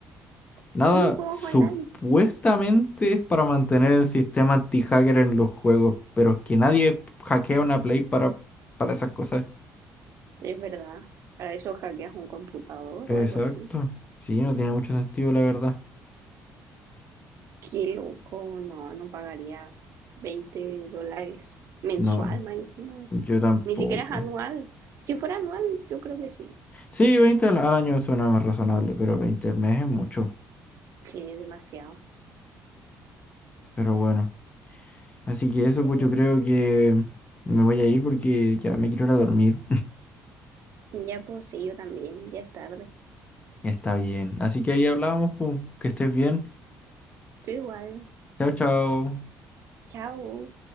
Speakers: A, on the left (about 25°); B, on the right (about 60°).
A: Nada.
B: solo juegos
A: Supuestamente
B: online,
A: es para mantener el sistema anti-hacker en los juegos. Pero es que nadie hackea una Play para, para esas cosas.
B: es verdad. Para eso hackeas un computador
A: Exacto.
B: o algo así.
A: Sí, no tiene mucho sentido, la verdad.
B: Qué loco, no, no pagaría 20 dólares mensual
A: No,
B: más encima.
A: yo tampoco.
B: Ni siquiera es anual. Si fuera anual, yo creo que sí.
A: Sí, 20 al al año suena más razonable, pero 20 al mes es mucho.
B: Sí, demasiado.
A: Pero bueno. Así que eso,
B: Pero
A: pues yo creo que me voy a ir porque ya me quiero ir a dormir.
B: Ya pues sí, yo también, ya es tarde.
A: Está bien. Así que ahí hablábamos, pues, que estés bien.
B: Tú igual.
A: Chao, chao.
B: Chao.